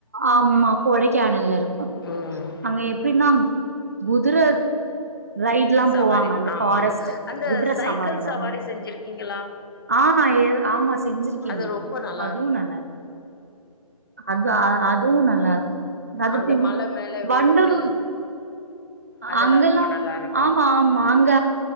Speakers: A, on the right; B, on the left.
A: ஆமா கொடைக்கானல்ல இருக்கு.
B: ம்
A: அங்க எப்படிநா. குதுற. ரைடுல்லா
B: சவாரி
A: போவாங்க அந்த
B: ஆமா
A: பாரஸ்ட்
B: ஆமா அந்த
A: குதுர
B: சைக்கிள்
A: சவாரிலாமா.
B: சவாரி செஞ்சிருக்கீங்களா
A: ஆஹ ஆமா செஞ்சிருக்கேனே
B: அது ரொம்ப நல்லா
A: அதுவும்
B: இருக்கு
A: நல்லா இருக். அது அதுவும் நல்லா இருக்கு. அது
B: அந்த மல மேல
A: வண்டலூர்
B: வீடுங்கள் அதெல்லா
A: அங்கல்லாம்
B: ரொம்ப நல்லா இருக்கு
A: ஆமா ஆமா அங்க